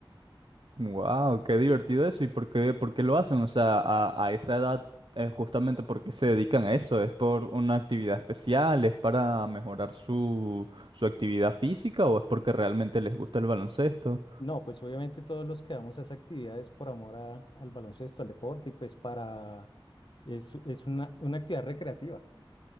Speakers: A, on the right (about 65°); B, on the left (about 65°).
A: Wow, qué divertido eso. ¿Y por qué, por qué lo hacen? O sea, a, a esa edad, eh, justamente porque se dedican a eso. ¿Es por una actividad especial? ¿Es para mejorar su, su actividad física? ¿O es porque realmente les gusta el baloncesto?
B: No, pues obviamente todos los que damos a esas actividades por amor a- al baloncesto, al deporte, y pues para, es, es una, una actividad recreativa.